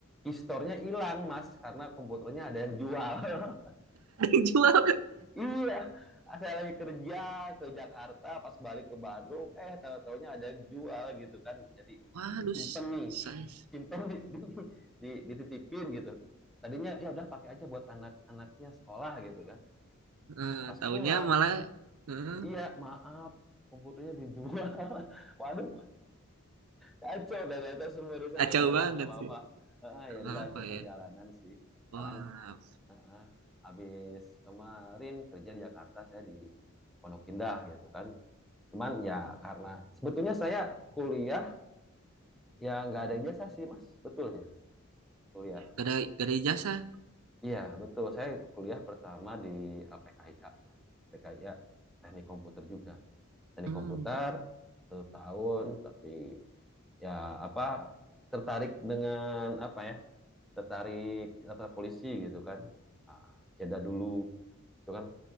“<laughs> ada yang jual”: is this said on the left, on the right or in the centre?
Right